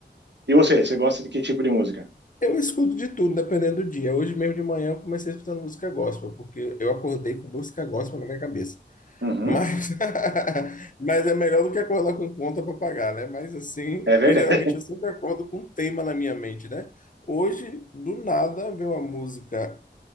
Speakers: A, on the right; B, on the left.
A: E você, você gosta de que tipo de música?
B: Eu escuto de tudo, dependendo do dia. Hoje mesmo de manhã eu comecei escutando música gospel, porque eu acordei com música gospel na minha cabeça.
A: Uhum.
B: Mas, <laughs> mas é melhor do que acordar com conta para pagar, né? Mas assim,
A: É verdade.
B: que geralmente eu sempre acordo com um tema na minha mente, né? Hoje, do nada, veio uma música